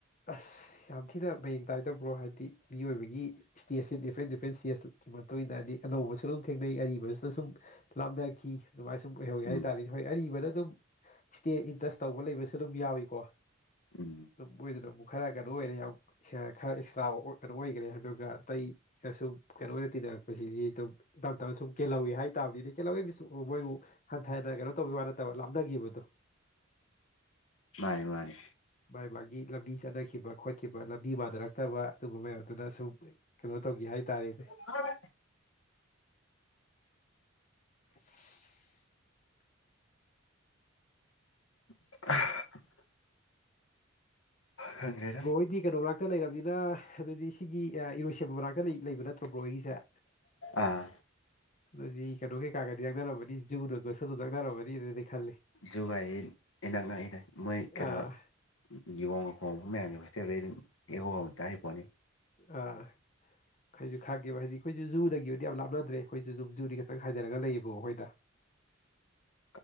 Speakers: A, on the left (about 40°); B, on the left (about 80°).
A: ꯑꯁ ꯌꯥꯝ ꯊꯤꯅ ꯃꯌꯦꯡ ꯇꯥꯏꯗ ꯕ꯭ꯔꯣ ꯍꯥꯏꯕꯗꯤ ꯃꯤꯑꯣꯏꯕꯒꯤ ꯏꯁꯇꯦꯖꯁꯤ ꯗꯤꯐ꯭ꯔꯦꯟ ꯗꯤꯐ꯭ꯔꯦꯟ ꯏꯁꯇꯦꯖꯀꯤ ꯃꯇꯨꯡ ꯏꯟꯅ ꯍꯥꯏꯗꯤ ꯑꯅꯧꯕꯁꯨ ꯑꯗꯨꯝ ꯊꯦꯡꯅꯩ ꯑꯔꯤꯕꯁꯨꯅ ꯁꯨꯝ ꯂꯥꯞꯅꯈꯤ ꯑꯗꯨꯃꯥꯏꯅ ꯁꯨꯝ ꯑꯣꯏꯍꯧꯋꯦ
B: ꯎꯝ
A: ꯍꯥꯏꯇꯥꯥꯔꯦꯗꯤ ꯍꯣꯏ ꯑꯔꯤꯕꯗ ꯑꯗꯨꯝ ꯏꯁꯇꯦꯖ ꯏꯟꯇꯔꯁ ꯇꯧꯕ ꯂꯩꯕꯁꯨ ꯑꯗꯨꯝ ꯌꯥꯎꯏꯀꯣ
B: ꯎꯝ
A: ꯑꯗꯨꯝ ꯃꯣꯏꯗꯨꯅ ꯑꯃꯨꯛ ꯈꯔ ꯀꯩꯅꯣ ꯑꯣꯏꯔꯦ ꯌꯥꯝ ꯈꯔ ꯑꯦꯛꯁꯇ꯭ꯔꯥ ꯀꯩꯅꯣ ꯑꯣꯏꯈ꯭ꯔꯦ ꯑꯗꯨꯒ ꯑꯇꯩꯅ ꯁꯨꯝ ꯀꯩꯅꯣ ꯑꯣꯏꯅ ꯇꯤꯟꯅꯔꯛꯄꯁꯤꯗꯤ ꯑꯗꯨꯝ ꯇꯥꯞ ꯇꯥꯞꯅ ꯁꯨꯝ ꯀꯦꯜꯍꯧꯋꯤ ꯍꯥꯏ ꯇꯥꯕꯅꯤꯅꯦ ꯀꯦꯜꯍꯧꯋꯤ ꯃꯤꯟꯁ ꯃꯣꯏꯕꯨ ꯍꯟꯊꯅ ꯀꯩꯅꯣ ꯇꯧꯕꯒꯤ ꯋꯥ ꯅꯠꯇꯕ ꯂꯥꯞꯅꯈꯤꯕꯗꯨ
B: ꯃꯥꯅꯤ ꯃꯥꯅꯤ
A: ꯃꯥꯒꯤ ꯃꯥꯒꯤ ꯂꯝꯕꯤ ꯆꯠꯅꯈꯤꯕ ꯈꯣꯠꯈꯤꯕ ꯂꯝꯕꯤ ꯃꯥꯟꯅꯔꯛꯇꯕ ꯑꯗꯨꯒꯨꯝꯝꯕ ꯃꯌꯥꯝꯗꯨꯅ ꯁꯨꯝ ꯀꯩꯅꯣ ꯇꯧꯒꯦ ꯍꯥꯏꯇꯥꯔꯦꯅꯦ
B: ꯎꯝ <inaudible>
A: <inaudible>
B: <inaudible> ꯈꯪꯗ꯭ꯔꯦꯗ
A: ꯕ꯭ꯔꯣ ꯍꯣꯏꯗꯤ ꯀꯩꯅꯣ ꯃꯅꯥꯛꯇ ꯂꯩꯔꯕꯅꯤꯅ ꯑꯗꯨꯗꯤ ꯁꯤꯒꯤ ꯏꯔꯣꯏꯁꯦꯝꯕ ꯃꯅꯥꯛꯇ ꯂꯩꯕ ꯅꯠꯇ꯭ꯔꯣ ꯕ꯭ꯔꯣ ꯍꯣꯏꯒꯤꯁꯦ
B: ꯑꯥ
A: ꯑꯗꯨꯗꯤ ꯀꯩꯅꯣ ꯀꯩꯀꯥꯒꯗꯤ ꯅꯥꯛꯅꯔꯝꯃꯅꯤ ꯖꯨ ꯀꯥꯁꯨ ꯅꯛꯅꯔꯝꯃꯅꯤ ꯈꯜꯂꯦ
B: ꯖꯨ ꯍꯥꯢꯁꯤ ꯏꯅꯛ ꯅꯛꯏꯗ ꯃꯣꯏ ꯀꯩꯅꯣ
A: ꯑꯥ
B: ꯌꯣꯡꯒ ꯈꯣꯡꯉꯥꯛꯕ ꯃꯌꯥꯝꯁꯦ ꯍꯣꯢꯇꯦꯟ ꯗꯩ ꯑꯗꯨꯝ ꯢꯍꯣ ꯍꯣꯅ ꯑꯗꯨꯝ ꯇꯥꯔꯤꯄꯣꯠꯅꯤ
A: ꯑꯥ ꯑꯩꯁꯨ ꯈꯪꯉꯦꯕ ꯍꯥꯏꯗꯤ ꯑꯩꯈꯣꯏꯁꯨ ꯖꯨꯗꯒꯤꯕꯨꯗꯤ ꯌꯥꯝ ꯂꯥꯞꯅꯗ꯭ꯔꯦ ꯑꯩꯈꯣꯏꯁꯨ ꯑꯗꯨꯝ ꯖꯨꯗꯒꯤ ꯈꯤꯇꯪ ꯍꯥꯏꯗꯔꯒ ꯂꯩꯌꯦꯕ ꯑꯩꯈꯣꯏꯅ
B: <inaudible>